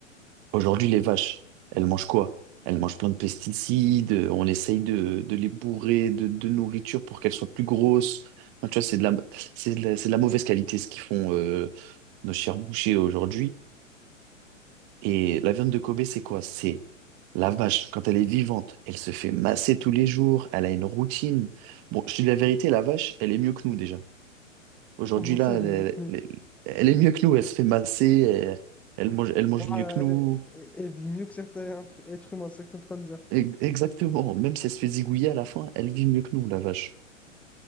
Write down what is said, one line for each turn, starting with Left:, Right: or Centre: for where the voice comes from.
Right: Aujourd'hui, les vaches, elles mangent quoi? Elles mangent plein de pesticides, euh, on essaye de, de les bourrer de, de nourriture pour qu'elles soient plus grosses. Enfin, tu vois, c'est de la, c'est de la, c'est de la mauvaise qualité ce qu'ils font euh, nos chers bouchers aujourd'hui. Et la viande de Kobe, c'est quoi? C'est la vache, quand elle est vivante, elle se fait masser tous les jours, elle a une routine. Bon, je te dis la vérité, la vache, elle est mieux que nous déjà. Aujourd'hui,
Centre: Comment
Right: là,
Centre: ça, elle
Right: elle,
Centre: est mieux que nous?
Right: elle- elle est mieux que nous, elle se fait masser, elle, elle mange, elle mange
Centre: Ah,
Right: mieux que nous.
Centre: euh, elle elle vit mieux que certains êtres êtres humains, c'est ce que t'es en train de dire.
Right: e- exactement. Même si elle se fait zigouiller à la fin, elle vit mieux que nous, la vache.